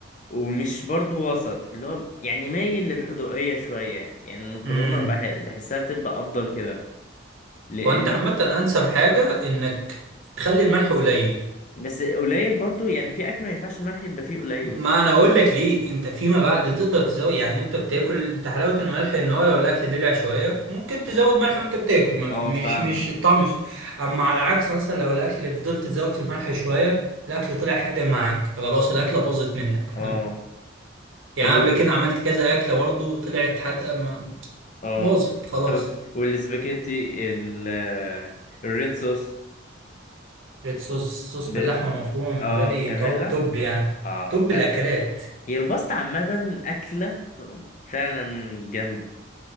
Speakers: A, on the left (about 40°); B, on the right (about 80°).
A: ومش برضو وسط اللي هو يعني مايل للحدوقية شوية يعني المكرونة
B: امم
A: بح... بحسها بتبقى أفضل كده لأن
B: وانت عامه انسب حاجه انك تخلي الملح قليل
A: بس قليل برضو يعني في أكل ما ينفعش الملح يبقى فيه قليل
B: ما انا اقول لك ليه انت فيما بعد تقدر تزود يعني انت بتاكل انت حلاوه الملح ان هو لو الاكل دلع شويه ممكن تزود ملح وانت بتاكل ما في-
A: اه
B: مش
A: فاهمة
B: مش الطعم مش اما على العكس مثلا لو الاكل فضلت تزود في الملح شويه الاكل طلع حادق معاك خلاص الاكله باظت منك فاهم
A: اه
B: يعني
A: طب و...
B: قبل كده عملت كذا اكله برضو طلعت حادقه ما
A: اه
B: باظت خلاص
A: طب والسباجيتي ال الريد صوص
B: ريد صوص الصوص
A: ب...
B: باللحمه المفرومه بالنسبه
A: اه
B: لي
A: بتعملها
B: توب توب يعني
A: اه
B: توب
A: فعلا
B: الاكلات
A: هي الباستا عامة أكلة فعلا جامدة